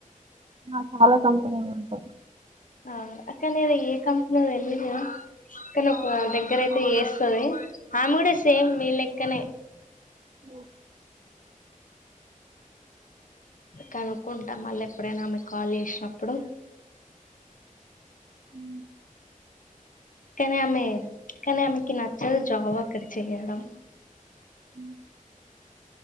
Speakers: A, on the right (about 45°); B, on the left (about 70°).
A: ఆ చాలా సొంతగా ఉంటాయి
B: ఆ అక్కనే ఏ కంపెనీ తెలియదు కదా కానీ ఒక దగ్గర అయితే చేస్తది ఆమె కూడా సేమ్ మీ లెక్కనే
A: ఓ
B: కనుక్కుంటా మళ్ళీ ఎప్పుడైనా ఆమె కాల్ చేసినప్పుడు
A: ఉ
B: కానీ ఆమె కానీ ఆమెకి నచ్చదు జాబ్ అక్కడ చేయడం
A: అ <inaudible>